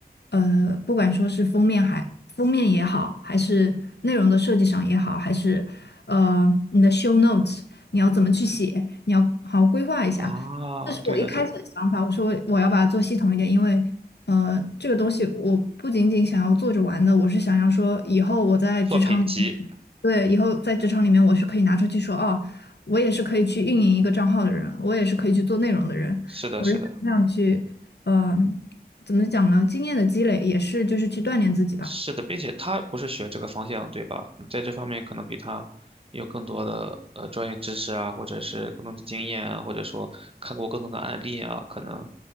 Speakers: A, on the left (about 80°); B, on the right (about 35°).
A: 呃不管说是封面还封面也好，还是内容的设计上也好，还是呃你的 show notes。你要怎么去写，你要好好规划一下。
B: 啊，
A: 这是我一开始的想法，
B: 对的对的，
A: 我说我要把它做系统一点，因为呃，这个东西我不仅仅想要做着玩的，我是想要说以后我在职场里，
B: 作品集，
A: 对，以后在职场里面我是可以拿出去说，哦，我也是可以去运营一个账号的人，我也是可以去做内容的人，
B: 是的是的
A: 我是想这样去，嗯、怎么讲呢？经验的积累也是就是去锻炼自己吧。
B: 是的，并且他不是学这个方向对吧？你在这方面可能比他有更多的呃专业知识啊，或者是更多的经验啊，或者说看过更多的案例啊，可能